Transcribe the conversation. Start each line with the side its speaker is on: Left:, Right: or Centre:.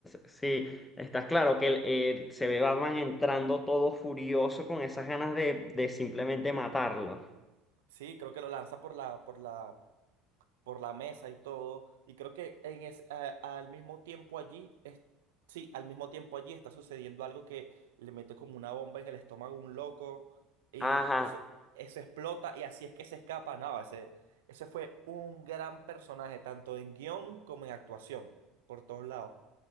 Left: sí, estás claro que él, él- se ve Batman entrando todo furioso con esas ganas de, de simplemente matarlo.
Right: Sí, creo que lo lanza por la, por la, por la mesa y todo. Y creo que en es, a- al mismo tiempo allí, es, sí, al mismo tiempo allí está sucediendo algo que le mete como una bomba en el estómago a un loco y
Left: Ajá,
Right: eso, eso explota y así es que se escapa. No, ese, ese fue un gran personaje, tanto en guión como en actuación, por todos lados.